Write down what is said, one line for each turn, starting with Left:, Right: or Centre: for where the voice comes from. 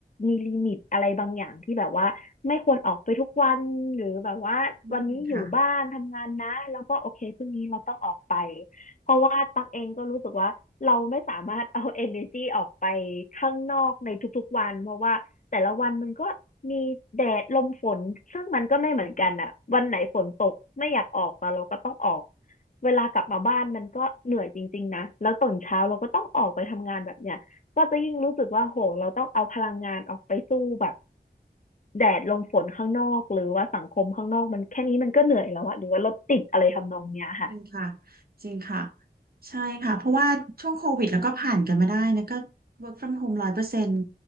Left: มีลิมิตอะไรบางอย่างที่แบบว่าไม่ควรออกไปทุกวันหรือแบบว่าวันนี้อยู่บ้านทำงานนะแล้วก็โอเคพรุ่งนี้เราต้องออกไป
Right: อืมค่ะ
Left: เพราะว่าตั๊กเองก็รู้สึกว่าเราไม่สามารถเอา <laughs> energy ออกไปข้างนอกในทุกๆวันเพราะว่า แต่ละวันมันก็มีแดดลมฝนซึ่งมันก็ไม่เหมือนกันอ่ะวันไหนฝนตกไม่อยากออกแต่เราก็ต้องออกเวลากลับมาบ้านมันก็เหนื่อยจริงๆนะแล้วตื่นเช้าเราก็ต้องออกไปทำงานแบบเนี้ยก็จะยิ่งรู้สึกว่าโหเราต้องเอาพลังงานออกไปสู้แบบแดดลมฝนข้างนอกหรือว่าสังคมข้างนอกมันแค่นี้มันก็เหนื่อยแล้วอะหรือว่ารถติดอะไรทำนองเนี้ยค่ะ
Right: จริงค่ะ จริงค่ะ ใช่ค่ะ เพราะว่าช่วงโควิดแล้วก็ผ่านกันมาได้นะก็ work from home ร้อยเปอร์เซ็นต์